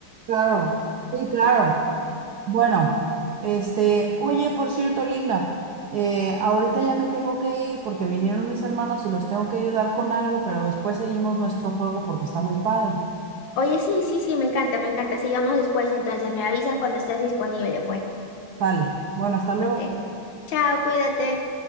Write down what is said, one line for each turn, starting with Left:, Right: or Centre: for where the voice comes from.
Right: Claro, sí, claro. Bueno, este, oye, por cierto, Linda, eh, ahorita ya me tengo que ir porque vinieron mis hermanos y los tengo que ayudar con algo, pero después seguimos nuestro juego porque está muy padre.
Left: Oye, sí, sí, sí, me encanta, me encanta. Sigamos después, entonces me avisas cuando estés disponible, pues.
Right: Sale. Bueno, hasta luego.
Left: Ok. Chao, cuídate.